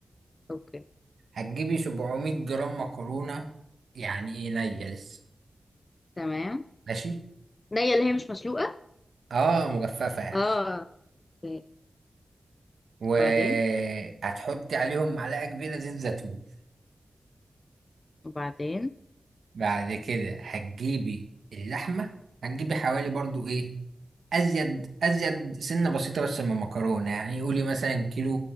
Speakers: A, on the left; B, on the right.
A: اوكي
B: هتجيبي 700 جرام مكرونة يعني إيه نية لسه
A: تمام
B: ماشي
A: نية اللي هي مش مسلوقه
B: آه مجففة يعني
A: اه اوكي
B: وهتحطي
A: وبعدين
B: عليهم معلقة كبيرة زيت زيتون
A: وبعدين
B: بعد كده هتجيبي اللحمة هتجيبي حوالي برضو إيه أزيد أزيد سنة بسيطة بس من المكرونة يعني قولي مثلا كيلو